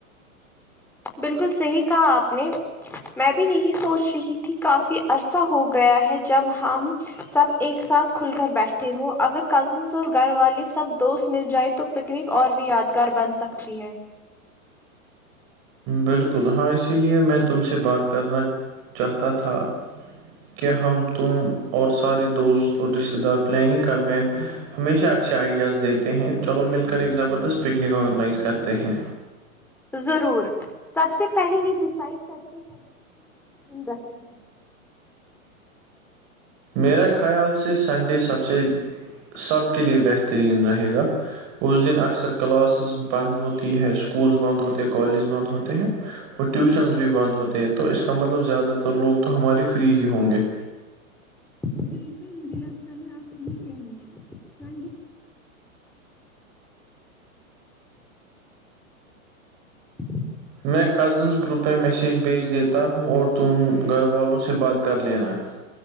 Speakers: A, in the centre; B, on the right (about 40°).
A: بالکل صحیح کہا آپ نے میں بھی یہی سوچ رہی تھی کہ کافی عرصہ ہو گیا ہے جب ہم سب ایک ساتھ کھل کر بیٹھے ہو اگر کزنس اور گھر والے سب دوست مل جائے تو پکنک اور بھی یادگار بن سکتی ہے
B: بالکل ہاں اسی لیے میں تم سے بات کرنا چاہتا تھا کہ ہم تم اور سارے دوست اور رشتے دار پلاننگ کرنے ہمیشہ اچھے آئیڈیاز دیتے ہیں چلو مل کر ایک زبردست پکنک آرگنائز کرتے ہیں
A: ضرور سب سے پہلے یہ ڈیسائڈ کرتے ہیں کہ انڈسٹی ہے
B: میرا خیال سے سنڈے سب سے سب کے لیے بہترین رہے گا اس دن اکثر کلاسس بند ہوتی ہے اسکولس بند ہوتے ہیں کالجز بند ہوتے ہیں اور ٹیوشنز بھی بند ہوتے ہیں تو اس کا مطلب زیادہ تر لوگ تو ہمارے فری ہی ہوں گے
A: بالکل مجھے لگتا ہے آپ صحیح کہہ رہے ہیں <unintelligible>
B: میں کزینس گروپ میں میسیج بھیج دیتا ہوں اور تم گھر والوں سے بات کر لینا